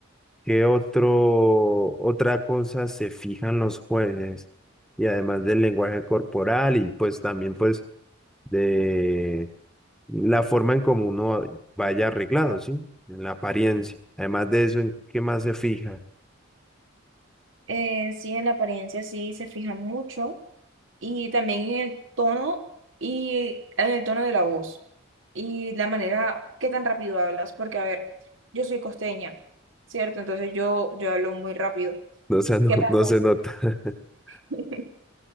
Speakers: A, in the centre; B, on the right.
A: ¿qué otro, otra cosa se fijan los jueces? Y además del lenguaje corporal y pues también pues de la forma en cómo uno vaya arreglado, ¿sí? En la apariencia. Además de eso, ¿en qué más se fija? <laughs>
B: eh, sí, en la apariencia sí se fija mucho. y también en el tono y en el tono de la voz y la manera que tan rápido hablas, porque a ver, yo soy costeña, ¿cierto? Entonces yo, yo hablo muy rápido.
A: No, o sea, no,
B: ¿Qué pasa?
A: no se nota. <laughs>
B: <laughs>